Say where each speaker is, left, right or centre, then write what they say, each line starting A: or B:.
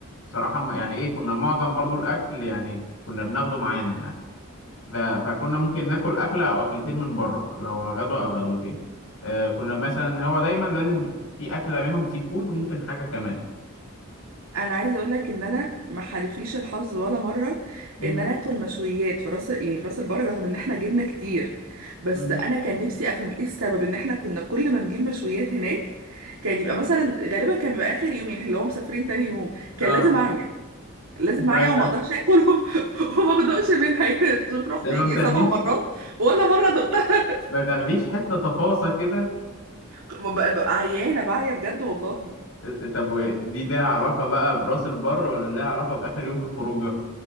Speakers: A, on the left (about 80°); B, on the right (about 90°).
A: بصراحة ما- يعني إيه كنا معظم برضو الأكل يعني كنا بناخده معانا يعني. ف- فكنا ممكن ناكل أكلة أو أكلتين من بره لو غدوة أو غدوتين آه، كنا مثلا هو دايما لازم في أكلة منهم سي فود وممكن حاجة كمان
B: انا عايزه اقول لك ان انا ما حالفنيش الحظ ولا مره
A: امم
B: ان انا اكل مشويات في راس يعني في راس البر رغم ان احنا جبنا كتير بس
A: امم
B: انا كان نفسي افهم ايه السبب ان احنا كنا كل ما نجيب مشويات هناك كان يبقى مثلا غالبا كان بيبقى اخر يوم يعني اللي هو مسافرين تاني يوم كان
A: اه
B: لازم اعيا لازم
A: بقى-
B: معايا وما اقدرش اكل وما <laughs> وما اقدرش منها يعني شوف رحت
A: ده
B: يجي
A: ما بتاخديش
B: سبع مرات ولا مره دقتها
A: ما تاخديش حتة تفاصة كده
B: <laughs> ببقى ببقى عيانه بعيا بجد والله
A: آه، طب ودي ليها علاقة بقى براس البر ولا ليها علاقة بآخر يوم في الخروجة